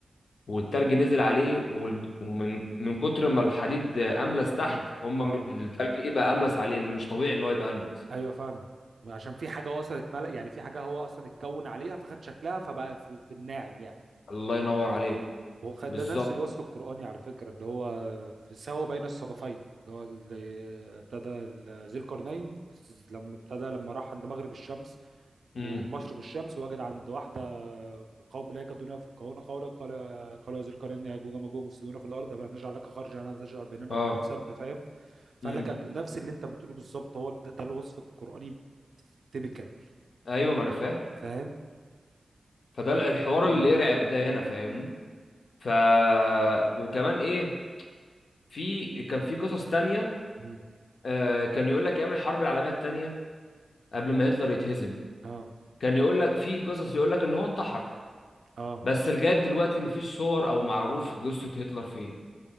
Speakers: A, on the left; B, on the right.
A: والتلج نزل عليه وال- ومن من كتر ما الحديد املس
B: <clears throat>
A: تحت هم
B: اه
A: م- التلج ايه بقى املس عليه ان مش طبيعي ان هو يبقى املس
B: ايوه فاهمك عشان في حاجه وصلت ملأ يعني في حاجه هو اصلا اتكون عليها فخد شكلها فبقى في, في الناعم يعني
A: الله ينور عليك
B: وخد
A: بالظبط
B: ده نفس الوصف القرآني على فكرة اللي هو في سوا بين الصدفين اللي هو اللي ابتدى ال- ذي القرنين لما ابتدى لما راح عند مغرب الشمس
A: امم
B: ومشرق الشمس وجد عند واحدة قوم لا يكادون يفقهون قولا قال قالوا يا ذي القرنين يا جوج وماجوج مفسدون في الأرض فنجعل لك خرجا أن تجعل بيننا
A: اه
B: وبينهم سدا فاهم فقال
A: امم
B: لك أت- نفس اللي أنت بتقوله بالظبط هو ده, ده الوصف القرآني تيبيكال
A: ايوه ما انا فاهم
B: فاهم
A: فده الحوار
B: <clears throat>
A: اللي يرعب ده هنا فاهمني ف وكمان ايه في كان في قصص تانية
B: مم.
A: آه كان يقول لك ايام الحرب العالميه التانية قبل ما هتلر يتهزم
B: اه
A: كان يقول لك في قصص يقول لك ان هو انتحر
B: اه
A: بس لغايه دلوقتي مفيش صور او معروف جثه هتلر فين